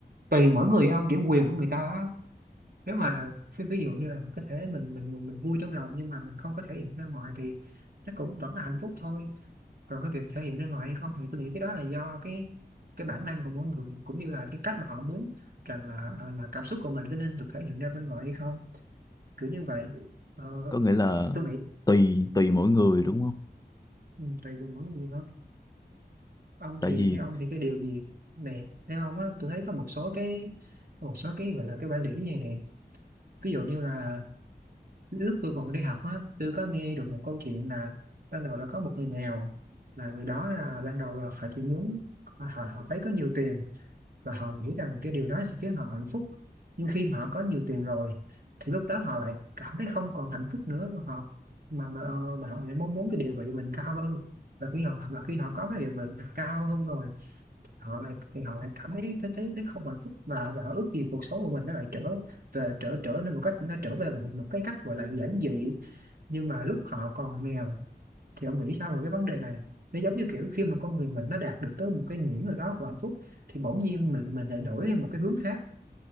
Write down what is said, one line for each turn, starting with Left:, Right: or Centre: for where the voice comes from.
Right: tùy mỗi người ông kiểu quyền của người ta á. nếu mà xin ví dụ như là có thể mình mình mình, mình vui trong lòng nhưng mà mình không có thể hiện ra ngoài thì nó cũng vẫn là hạnh phúc thôi còn cái việc thể hiện ra ngoài hay không thì tôi nghĩ cái đó là do cái cái bản năng của mỗi người cũng như là cái cách mà họ muốn rằng là ờ, là cảm xúc của mình có nên được thể hiện ra bên ngoài hay không kiểu như vậy Ờ,
Left: có nghĩa là
Right: tôi nghĩ
Left: tùy tùy mỗi người đúng không
Right: ừ, tùy vào mỗi người thôi ông
Left: tại
Right: thì
Left: vì
Right: theo ông thì cái điều gì này theo ông á tôi thấy có một số cái một số cái gọi là cái quan điểm như này này ví dụ như là lúc tôi còn đi học á tôi có nghe được một câu chuyện là ban đầu là có một người nghèo là người đó là ban đầu là họ chỉ muốn họ, họ thấy có nhiều tiền và họ nghĩ rằng cái điều đó sẽ khiến họ hạnh phúc nhưng khi mà họ có nhiều tiền rồi thì lúc đó họ lại cảm thấy không còn hạnh phúc nữa mà họ mà mà, ờ, mà họ lại mong muốn cái địa vị mình cao hơn và khi họ và khi họ có cái địa vị mình cao hơn rồi họ lại thì họ lại cảm thấy thấy thấy, thấy không hạnh phúc và và họ ước gì cuộc sống của mình nó lại trở về trở trở nên một cách nó trở về một, một cái cách gọi là giản dị nhưng mà lúc họ còn nghèo thì ông nghĩ sao về cái vấn đề này nó giống như kiểu khi mà con người mình nó đạt được tới một cái ngưỡng nào đó của hạnh phúc thì bỗng nhiên mình mình lại đổi theo một cái hướng khác